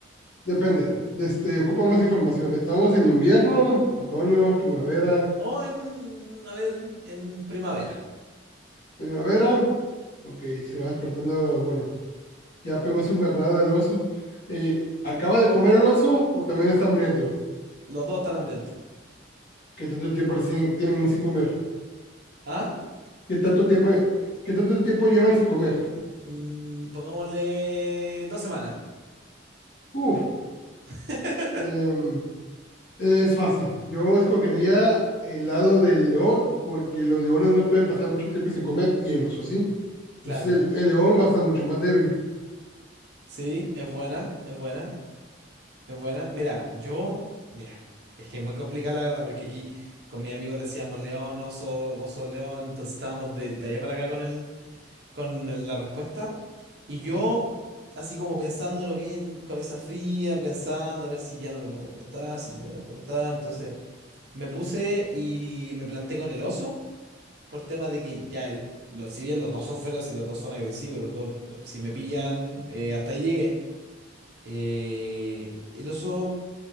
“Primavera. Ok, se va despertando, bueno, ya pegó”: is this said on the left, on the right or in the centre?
Left